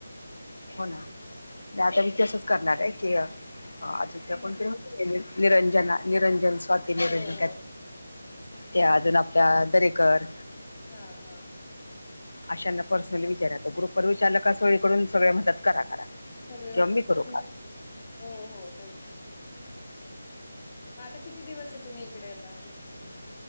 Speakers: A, on the left; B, on the left.
A: हो ना. आता मी तसंच करणार आहे की हा अजून त्या
B: हम्म
A: कोणतरी माहिती आहे नि निरंजना निरंजन स्वाती निरंजन
B: हो हो
A: कायत ते अजून आपल्या दरेकर
B: हा हा.
A: अशांना पर्सनली विचारा तो ग्रुप वर विचारलं का सोळीकडून सगळे म्हणतात करा करा.
B: सगळे
A: किंवा
B: हो म्हणतात
A: मी करू
B: हे
A: का
B: हो हो तेच ना. म आता किती दिवस आहे तुम्ही इकडे आता अजून?